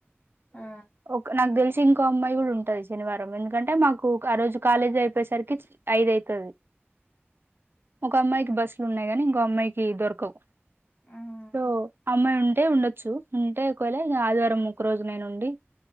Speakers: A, on the left; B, on the right.
A: ఆ
B: ఒక నాకు తెలి ఇంకో అమ్మాయి కూడా ఉంటంది శనివారం ఎందుకంటే మాకు ఆహ్ రోజు కాలేజీ అయిపోసరికి అయిదైతది ఒక అమ్మాయికి బస్సులు ఉన్నాయి గానీ ఇంకో అమ్మాయి దొరకవు
A: ఆ ఆ
B: సో అమ్మాయి అంటే ఉండొచ్చు ఉంటే ఒకవల ఆదివారం ఒక్క రోజునేను ఉండి